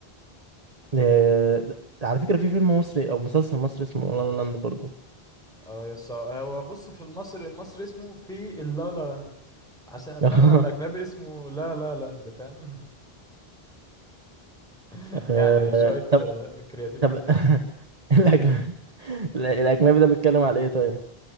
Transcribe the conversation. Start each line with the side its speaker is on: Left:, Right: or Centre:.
Right: آه، د- على فكرة في فيلم مصري او مسلسل مصري اسمه لا لا لاند برضو
Centre: اه يس آه، هو بص في المصري المصري اسمه في اللا لا لاند عشان انما
Right: <laughs>
Centre: الاجنبي اسمه لا لا لاند فاهم <laughs>
Right: آه،
Centre: يعني شويه
Right: طب
Centre: كرياتيفيتي
Right: طب <laughs>
Centre: كده
Right: الأجن- الاجنبي ده بيتكلم على ايه طيب